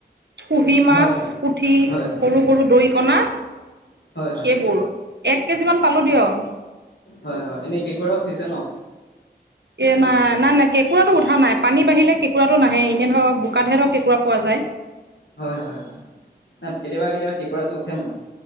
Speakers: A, on the right; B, on the left.
A: কুঁহি মাছ,
B: হয় হয়
A: পুঠি,
B: হয় হয়
A: সৰু সৰু দৰিকণা
B: হয় হয়
A: সেইবোৰ, এক কেজি মান পালো দিয়ক।
B: হয় হয়, এনেই কে কৰা উঠিছে ন?
A: এ নাই আমাৰ কেকুৰাটো উঠা নাই, পানী বাঢিলে কেঁকুৰাটো নাহেই, এনেই ধৰক বোকাতহে ধৰক কেঁকুৰা পোৱা যায়।
B: হয় হয় হয় হয়, ন কেতিয়াবা কেতিয়াবা কি কেকোঁৰাটো উঠে মানে।